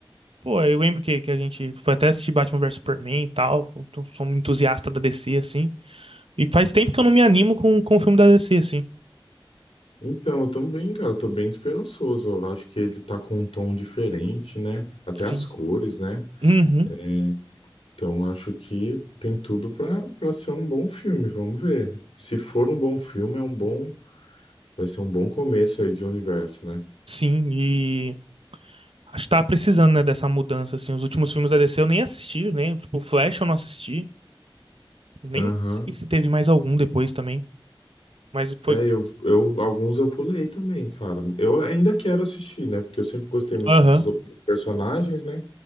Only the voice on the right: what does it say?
Pô, eu lembro que, que a gente foi até assistir Batman vs Superman e tal. Eu tô- sou um entusiasta da DC, assim. E faz tempo que eu não me animo com, com o filme da DC, assim.
Sim.
Uhum,
sim. E acho que tava precisando, né, dessa mudança, assim. Os últimos filmes da DC eu nem assisti, né? Tipo, Flash eu não assisti. Nem
sei se teve mais algum depois também. Mas foi.
Aham.